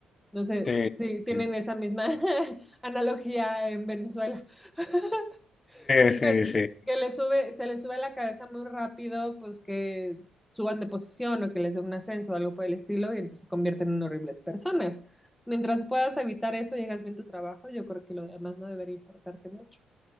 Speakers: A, in the centre; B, on the left (about 35°).
A: No sé
B: Sí,
A: si tienen
B: sí,
A: esa misma <laughs> analogía en Venezuela. <laughs>
B: sí,
A: Pero
B: sí.
A: que le sube, se le sube la cabeza muy rápido, pues que suban de posición o que les dé un ascenso o algo por el estilo, y entonces se convierten en horribles personas. Mientras puedas evitar eso, llegas bien a tu trabajo, yo creo que lo demás no debería importarte mucho.